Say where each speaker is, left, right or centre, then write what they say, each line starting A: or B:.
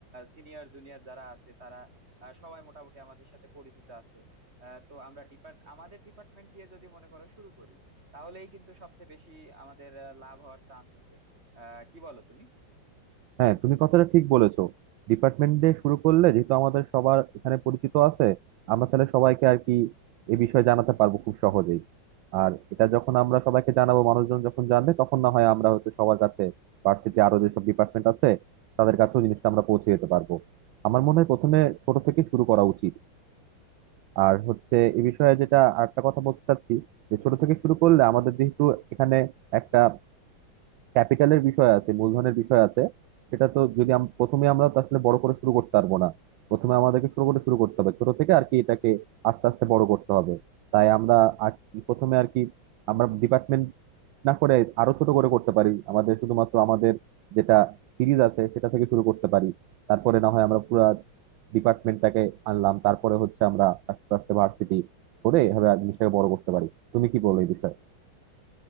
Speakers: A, on the right; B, on the right.
A: সিনিয়র জুনিয়র যারা আছে তারা আহ, সবাই মোটামুটি আমাদের সাথে পরিচিত আছে আহ, তো আমরা ডিপার্ট আমাদের ডিপার্টমেন্ট দিয়ে যদি মনে করো শুরু করি তাহলেই কিন্তু সবচেয়ে বেশি আমাদের আহ, লাভ হওয়ার চান্স আছে আহ কি বলো তুমি
B: হ্যাঁ তুমি কথাটা ঠিক বলেছো ডিপার্টমেন্ট দিয়ে শুরু করলে যেহেতু আমাদের সবার এখানে পরিচিত আছে আমরা তাহলে সবাইকে আর কি এ বিষয়ে জানাতে পারবো খুব সহজেই আর এটা যখন আমরা সবাইকে জানাবো মানুষজন যখন জানবে তখন না হয় আমরা হয়তো সবার কাছে ভার্সিটি আরো যেসব ডিপার্টমেন্ট আছে তাদের কাছেও জিনিসটা আমরা পৌঁছে যেতে পারবো আমার মনে হয় প্রথমে ছোট থেকে শুরু করা উচিত আর হচ্ছে এ বিষয়ে যেটা আরেকটা কথা বলতে চাচ্ছি যে ছোট থেকে শুরু করলে আমাদের যেহেতু এখানে একটা ক্যাপিটালের বিষয় আছে মূলধনের বিষয় আছে সেটা তো যদি আম- প্রথমে আমরা তো আসলে বড় করে শুরু করতে পারবো না প্রথমে আমাদেরকে শুরু করে শুরু করতে হবে ছোট থেকে আর কি এটাকে আস্তে আস্তে বড় করতে হবে তাই আমরা আর কি প্রথমে আর কি আমরা ডিপার্টমেন্ট না করে আরো ছোট করে করতে পারি আমাদের শুধুমাত্র আমাদের যেটা সিরিজ আছে সেটা থেকে শুরু করতে পারি তারপরে না হয় আমরা পুরো ডিপার্টমেন্টটাকে আনলাম তারপরে হচ্ছে আমরা আস্তে আস্তে ভার্সিটি করে এভাবে জিনিসটাকে বড় করতে পারি তুমি কি বলো এই বিষয়ে